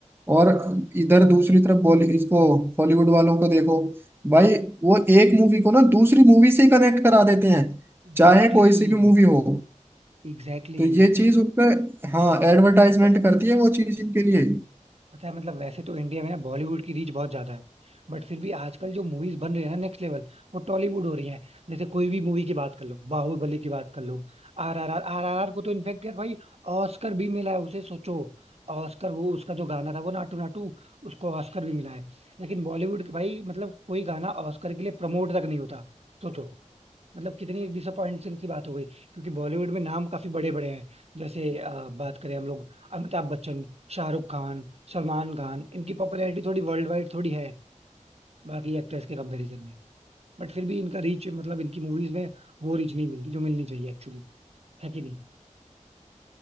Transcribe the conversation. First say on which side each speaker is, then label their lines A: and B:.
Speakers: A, on the right; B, on the right.
A: और इधर दूसरी तरफ बॉली इसको हॉलीवुड वालों को देखो भाई वो एक मूवी को ना दूसरी मूवी से कनेक्ट करा देते हैं
B: Exactly
A: चाहे कोई
B: exactly,
A: सी भी मूवी हो
B: Exactly
A: तो
B: exactly.
A: ये चीज उन पे हाँ एडवर्टाइजमेंट
B: अच्छा पता
A: करती
B: है
A: है वो चीज इनके लिए
B: पता है मतलब वैसे तो इंडिया में ना बॉलीवुड की रीच बहुत ज्यादा है बट फिर भी आजकल जो मूवीज बन रही है ना नेक्स्ट लेवल वो टॉलीवुड हो रही है जैसे कोई भी मूवी की बात कर लो बाहुबली की बात कर लो आर आर आर आर आर आर को तो इनफेक्ट यार भाई ऑस्कर भी मिला है उसे सोचो ऑस्कर वो उसका जो गाना था वो नाटू नाटू उसको ऑस्कर भी मिला है लेकिन बॉलीवुड के भाई मतलब कोई गाना ऑस्कर के लिए प्रमोट तक नहीं होता सोचो मतलब कितनी डिसअपॉइंटिंग सी बात हो गई क्योंकि बॉलीवुड में नाम काफी बड़े बड़े हैं जैसे अ, बात करें हम लोग अमिताभ बच्चन शाहरुख खान सलमान खान इनकी पॉपुलैरिटी थोड़ी वर्ल्ड वाइड थोड़ी है बाकी एक्ट्रेस के कंपैरिजन में बट फिर भी इनका रीच मतलब इनकी मूवीज में वो रीच नहीं मिलती जो मिलनी चाहिए एक्चुअली है कि नहीं